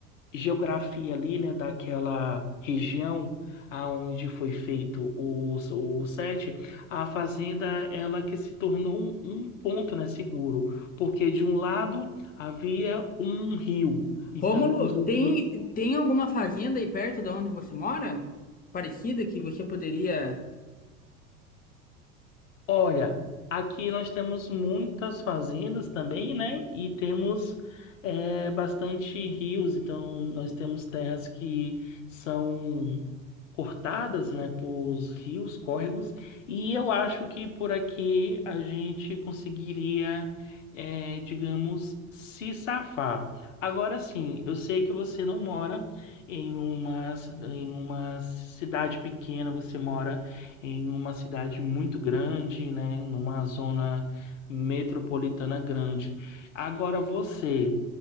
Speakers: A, on the left; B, on the left.
A: geografia ali, né, daquela região aonde foi feito o, o set, a fazenda ela que se tornou um, um ponto, né, seguro, porque de um lado havia um rio, então
B: Rômulo,
A: os zumbis
B: tem, tem alguma fazenda aí perto da onde você mora? Parecida que você poderia.
A: Olha, aqui nós temos muitas fazendas também, né? E temos eh, bastante rios, então nós temos terras que são cortadas, né, por rios, córregos, e eu acho que por aqui a gente conseguiria, é, digamos, se safar. Agora sim, eu sei que você não mora em uma, ci- em uma cidade pequena, você mora em uma cidade muito grande, né, numa zona metropolitana grande. Agora você,